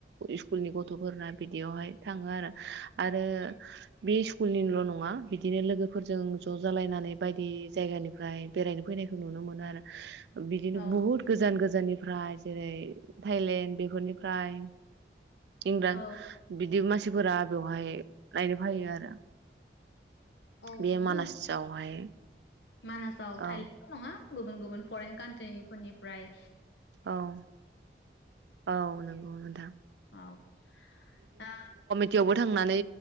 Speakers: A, on the right; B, on the left.
A: स्कुलनि गथ'फोरना बिदियावहाय थाङो आरो आरो बे स्कुलनिल' नङा बिदिनो लोगोफोरजों ज' जालायनानै बायदि जायगानिफ्राय बेरायनो फैनायखौ नुनो मोनो आरो बिदिनो
B: औ
A: बहुत गोजान गोजान गोनिफ्राय जेरै थाइलेण्ड बेफोरनिफ्राय इंर
B: औ
A: बिदि मास मानसिफोरा बेवहाय नायनो फैायो आरो
B: औ
A: बे
B: नंगौ
A: मानासावहाय
B: मानासाव
A: औ
B: थायलेण्डल' नङा गुबुन गुबुन फरेन कान्ट्रिनिफोरनि प्राय
A: औ औ नों नंगौ नोंथां
B: औ दा
A: टियावबो थांनानै